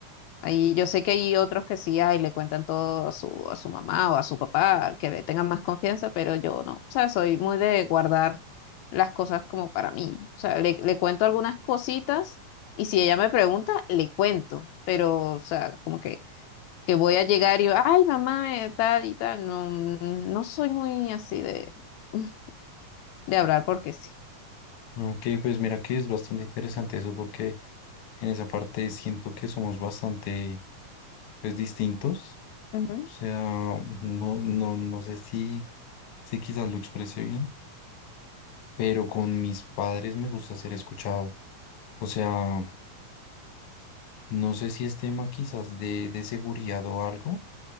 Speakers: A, on the left; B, on the left.
A: Ahí yo sé que hay otros que sí ay le cuentan todo a su, a su mamá o a su papá, que le tengan más confianza, pero yo no, o sea, soy muy de guardar las cosas como para mí. O sea, le, le cuento algunas cositas y si ella me pregunta, le cuento, pero, o sea, como que, que voy a llegar y, ay, mamá, eh, tal y tal, no, no soy muy así de, <laughs> de hablar porque sí.
B: ok, pues mira que es bastante interesante eso porque en esa parte siento que somos bastante, pues, distintos,
A: Ujú,
B: o sea, no, no, no sé si, si quizás lo expresé bien, pero con mis padres me gusta ser escuchado, o sea, no sé si es tema quizás de, de seguridad o algo,